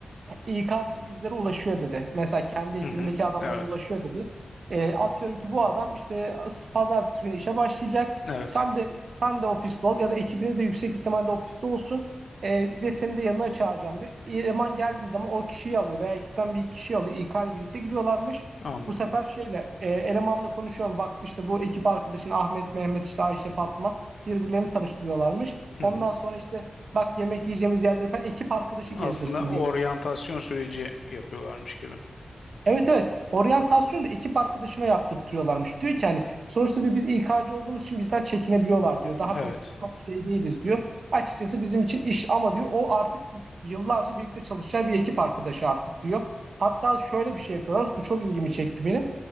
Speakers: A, on the right (about 65°); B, on the left (about 70°).
A: İK dedi bizlere ulaşıyor dedi. Mesela kendi ekibindeki
B: Hı hı.
A: adamlara
B: Evet.
A: ulaşıyor dedi. E, atıyorum ki bu adam işte pazartesi günü işe başlayacak.
B: Evet.
A: Sen de sen de ofiste ol ya da ekibiniz de yüksek ihtimalle ofiste olsun. E, ve seni de yanına çağıracağım diyor. Eleman geldiği zaman o kişiyi alıyor veya ekipten bir kişiyi alıyor. İK ile birlikte gidiyorlarmış.
B: Anladım.
A: Bu sefer şeyle e, elemanla konuşuyorum. Bak işte bu ekip arkadaşın Ahmet, Mehmet, işte Ayşe, Fatma birbirlerini tanıştırıyorlarmış.
B: Hı
A: Ondan
B: hı.
A: sonra işte bak yemek yiyeceğimiz yerleri falan ekip arkadaşı gezdirsin
B: Aslında oryantasyon
A: diye.
B: süreci yapıyorlarmış gibi.
A: Evet evet. Oryantasyonu da ekip arkadaşına yaptırtıyorlarmış. Diyor ki hani sonuçta diyor biz İK'cı olduğumuz için bizden çekinebiliyorlar diyor. Daha
B: Evet.
A: biz çok şey değiliz diyor. Açıkçası bizim için iş ama diyor o artık yıllarca birlikte çalışacağı bir ekip arkadaşı artık diyor. Hatta şöyle bir şey yapıyorlar. Bu çok ilgimi çekti benim.